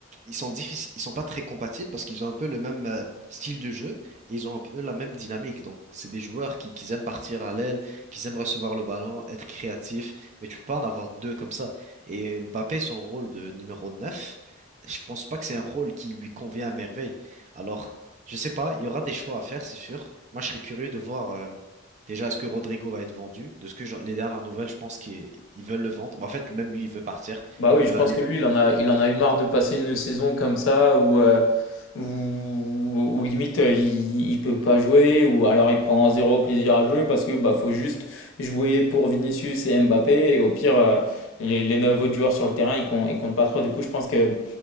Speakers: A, on the right; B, on the left.
A: ils sont difficiles, ils sont pas très compatibles parce qu'ils ont un peu le même euh, style de jeu et ils ont un peu la même dynamique. Donc, c'est des joueurs qui, qui aiment partir à l'aile, qui aiment recevoir le ballon, être créatifs, mais tu peux pas en avoir deux comme ça. Et Mbappé, son rôle de numéro 9, je pense pas que c'est un rôle qui lui convient à merveille. Alors, je sais pas, il y aura des choix à faire, c'est sûr. Moi, je serais curieux de voir euh, déjà est-ce que Rodrigo va être vendu. De ce que je- les dernières nouvelles, je pense qu'ils ils veulent le vendre. Mais en fait, même lui, il veut partir.
B: Bah
A: Il
B: oui,
A: veut
B: je pense
A: aller.
B: que lui, il en a, il en a eu marre de passer une saison comme ça où, euh, où, où limite euh, il, il peut pas jouer ou alors il prend zéro plaisir à jouer parce que bah faut juste jouer pour Vinicius et Mbappé et au pire euh, les, les neuf autres joueurs sur le terrain ils comptent, ils comptent pas trop. Du coup, je pense que